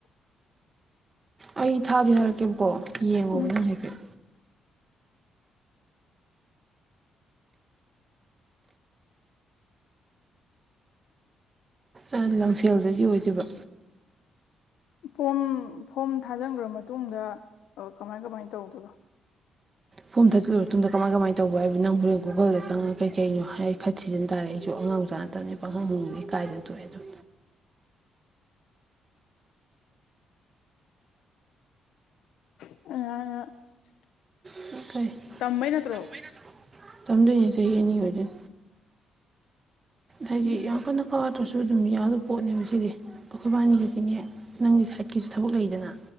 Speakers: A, on the right; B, on the left.
A: ꯑꯩ ꯊꯥꯗꯤ ꯍꯥꯏꯔꯛꯀꯦꯕꯀꯣ ꯌꯦꯡꯉꯣꯕ
B: ꯎꯝ
A: ꯅꯪ ꯍꯥꯏꯐꯦꯠ ꯑ ꯂꯝꯐꯦꯜꯗꯒꯤ ꯑꯣꯏꯗꯣꯏꯕ
B: ꯐꯣꯝ ꯐꯣꯝ ꯊꯥꯖꯤꯟꯈ꯭ꯔ ꯃꯇꯨꯡꯗ ꯀꯃꯥꯏ ꯀꯃꯥꯏꯅ ꯇꯧꯗꯣꯏꯕ
A: ꯐꯣꯝ ꯊꯥꯖꯤꯜꯂꯕ ꯃꯇꯨꯡꯗ ꯀꯃꯥꯏ ꯀꯃꯥꯏ ꯇꯧꯕ ꯍꯥꯏꯕꯨ ꯅꯪ ꯍꯣꯔꯦꯟ ꯒꯨꯒꯜꯗ ꯆꯪꯉꯒ ꯀꯩ ꯀꯩꯅꯣ ꯍꯥꯏ ꯈꯔ ꯊꯤꯖꯤꯟ ꯇꯥꯔꯦ ꯑꯩꯁꯨ ꯑꯉꯥꯡ ꯃꯆꯥꯥ ꯇꯕꯅꯤꯅ ꯄꯪꯍꯪ ꯍꯡꯕꯁꯨ ꯏꯀꯥꯏꯗꯅ ꯊꯣꯛꯑꯦ ꯑꯗꯨꯝ
B: <unintelligible>
A: <unintelligible>
B: ꯇꯝꯕꯩ ꯅꯠꯇ꯭ꯔꯣ
A: ꯇꯝꯗꯣꯏꯅꯦ ꯆꯍꯤ ꯑꯅꯤ ꯑꯣꯏꯗꯣꯏꯅꯤ ꯍꯥꯏꯗꯤ
B: ꯎꯝ
A: ꯌꯥꯝ ꯀꯟꯅ ꯀꯥꯗ꯭ꯔꯁꯨ ꯑꯗꯨꯝ ꯌꯥꯗꯧ ꯄꯣꯠꯅꯦꯕ ꯁꯤꯗꯤ ꯑꯩꯈꯣꯏꯕꯥꯅꯤꯒꯤꯗꯤꯅꯦ ꯅꯪꯒꯤ ꯁꯥꯏꯠꯀꯤꯁꯨ ꯊꯕꯛ ꯂꯩꯗꯅ